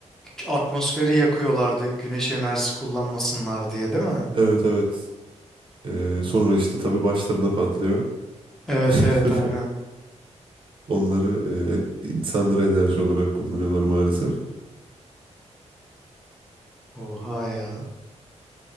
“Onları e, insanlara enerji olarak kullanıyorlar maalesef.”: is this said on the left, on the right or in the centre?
Right